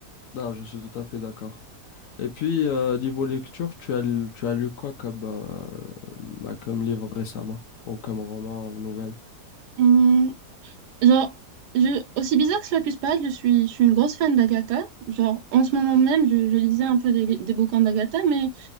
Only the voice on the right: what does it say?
Hum, genre, je, aussi bizarre que cela puisse paraître, je suis, je suis une grosse fan d'Agatha. Genre, en ce moment même, je, je lisais un peu des, li- des bouquins d'Agatha, mais